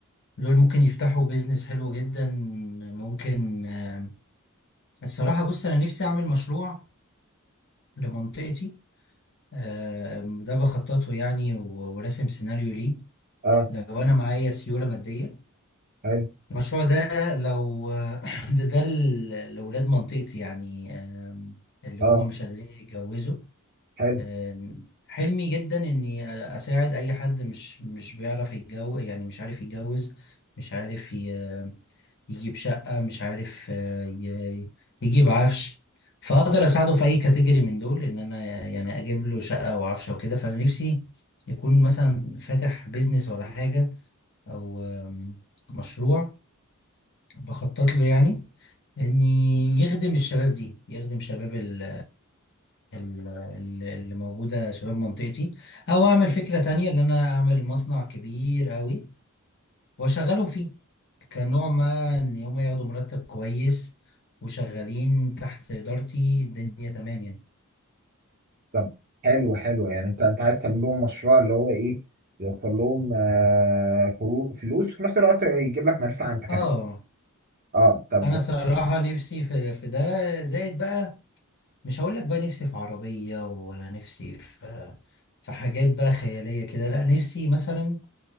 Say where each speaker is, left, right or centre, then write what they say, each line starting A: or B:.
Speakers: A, on the left (about 55°); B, on the right (about 45°).
A: دول ممكن يفتحوا بيزنس حلو جدا ممكن آم، الصراحة بص انا نفسي اعمل مشروع لمنطقتي آم، ده بخططه يعني و- وراسم سيناريو ليه
B: اه
A: لو انا معايا سيولة مادية
B: حلو
A: المشروع ده لو <clears throat> ده ده ل- لأولاد منطقتي يعني آم، اللي
B: اه
A: هم مش قادرين يتجوزوا
B: حلو
A: آم، حلمي جدا إني أساعد أي حد مش مش بيعرف يتجوز يعني مش عارف يتجوز مش عارف ي- يجيب شقة مش عارف آه، ي- يجيب عفش فأقدر أساعده في أي كاتيجوري من دول إن أنا يعني أجيب له شقة وعفش وكده فأنا نفسي يكون مثلا فاتح بيزنس ولا حاجة أو آم، مشروع بخطط له يعني ان يخدم الشباب دي يخدم شباب ال ال- ال- اللي موجودة شباب منطقتي او اعمل فكرة تانية ان انا اعمل مصنع كبير قوي واشغلهم فيه كنوع ما ان هم ياخدوا مرتب كويس وشغالين تحت ادارتي الدنيا تمام يعني
B: طب حلو حلو يعني انت انت عايز تعمل لهم مشروع اللي هو ايه يوفر لهم آه، فرو- فلوس وفي نفس الوقت يجيب لك منفعه انت كمان
A: اه
B: اه طب
A: انا صراحة نفسي في, في ده زائد بقى مش هقول لك بقى نفسي في عربية ولا نفسي في في حاجات بقى خيالية كده لا نفسي مثلا